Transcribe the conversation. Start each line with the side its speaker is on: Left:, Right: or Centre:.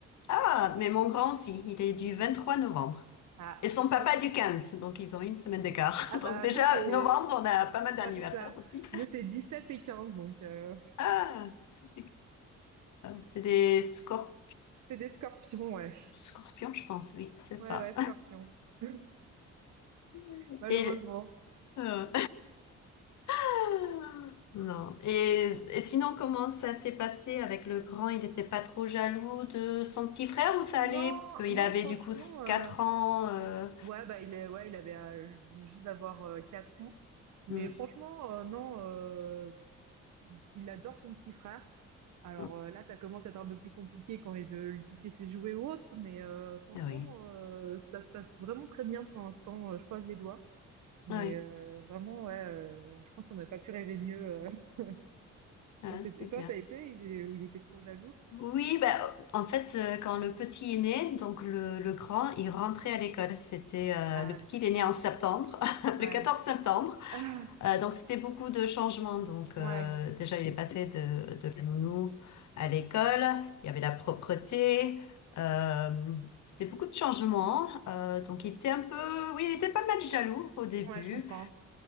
Left: Ah, mais mon grand aussi, il est du 23 novembre.
Right: Ah,
Left: Et son papa
Right: moi, c'est...
Left: du 15,
Right: <laughs>
Left: donc ils ont une semaine d'écart.
Right: Ah bah,
Left: <laughs> Donc déjà,
Right: nous, c'est...
Left: novembre, on a pas mal d'anniversaires
Right: Ouais, c'est ça.
Left: aussi.
Right: Nous, c'est dix sept et 15 donc... euh,
Left: Ah, tu sais, C'est des scorpions.
Right: C'est des scorpions, ouais.
Left: Scorpions, je pense, oui, c'est ça.
Right: Ouais, ouais, scorpions. <laughs>
Left: <laughs>
Right: Malheureusement.
Left: Et, euh, <laughs> non. Et, et sinon, comment ça s'est passé avec le grand? Il n'était pas trop jaloux de son petit frère ou ça
Right: Non,
Left: allait? Parce qu'il
Right: non,
Left: avait
Right: franchement,
Left: du coup
Right: euh,
Left: 4 ans. euh,
Right: ouais, bah, il est, ouais, il avait euh, il venait juste d'avoir euh, 4 ans. Mais
Left: mm,
Right: franchement, euh, non, euh, il adore son petit frère. Alors
Left: mm,
Right: euh, là, ça commence à être un peu plus compliqué quand il veut lui piquer ses jouets ou autre, mais euh, franchement,
Left: Ah Oui,
Right: euh, ça se passe vraiment très bien pour l'instant. euh, je croise les doigts. Mais
Left: Ah oui,
Right: euh, vraiment, ouais, euh, je pense qu'on n'aurait pas pu rêver mieux. euh. <laughs>
Left: Ah,
Right: Ça, c'est-
Left: c'est
Right: Et toi,
Left: bien.
Right: ça a été? Il est- ou il était trop jaloux?
Left: Oui, bah, en fait, euh, quand le petit est né, donc le, le grand, il rentrait à l'école. C'était euh,
Right: Ah,
Left: le petit, il est né en septembre, <laughs>
Right: ouais.
Left: le 14 septembre.
Right: <laughs>
Left: Euh, donc c'était beaucoup de changements. Donc
Right: Ouais,
Left: euh, déjà, il est passé de, de la nounou à l'école. Il y avait la propreté. Euh, c'était beaucoup de changements. Euh, donc il était un peu, oui, il était pas mal jaloux au début.
Right: ouais, je comprends.